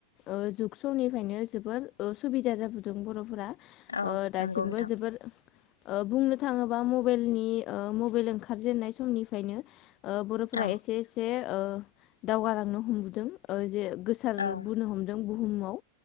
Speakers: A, on the left; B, on the left.
A: ओ जुग समनिफ्रायनो जोबोर ओ सुबिदा जाबोदों बर'फोरा
B: औ
A: ओ दासिमबो
B: नंगौ नोंथां
A: जोबोर ओ बुंनो थाङोबा मबाइलनि ओ मबाइल ओंखारजेननाय समनिफ्रायनो ओ बर'फोरा
B: औ
A: एसे एसे ओ दावगालांनो हमबोदों ओ जे गोसार
B: औ
A: बोनो हमदों बुहुमाव